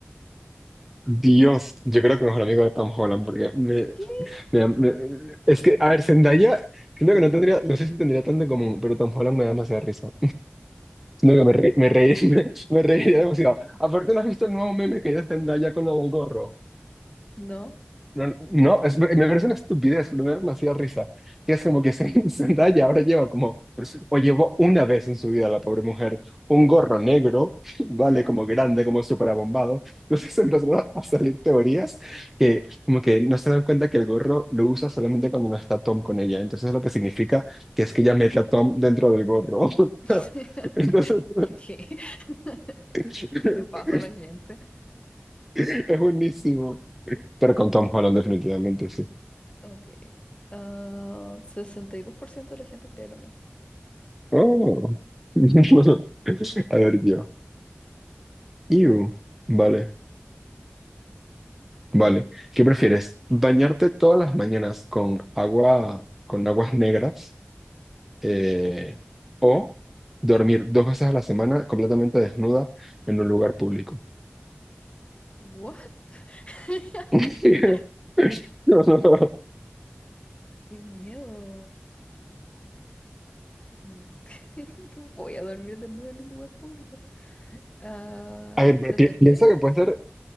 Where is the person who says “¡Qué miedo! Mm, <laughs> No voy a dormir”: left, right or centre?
Left